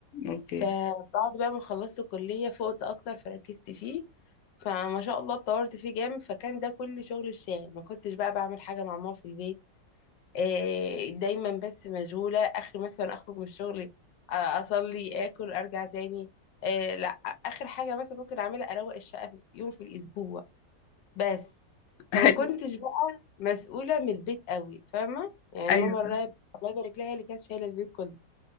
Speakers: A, on the left; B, on the left.
A: اوكي
B: فبعد بقى ما خلصت الكلية فقت أكتر فركزت فيه فما شاء الله اتطورت فيه جامد فكان ده كل شغل الشاغل ما كنتش بقى بعمل حاجة مع ماما في البيت آه، دايما بس مشغولة آخر مثلا أخرج من الشغل آه، أصلي آكل أرجع تاني آه، لا آخر حاجة مثلا ممكن أعملها أروق الشقة في- يوم في الأسبوع بس
A: ايوه
B: فما كنتش بقى مسؤولة من البيت قوي فاهمة يعني
A: ايوه
B: ماما الله يب- الله يبارك لها هي اللي كانت شايلة البيت كله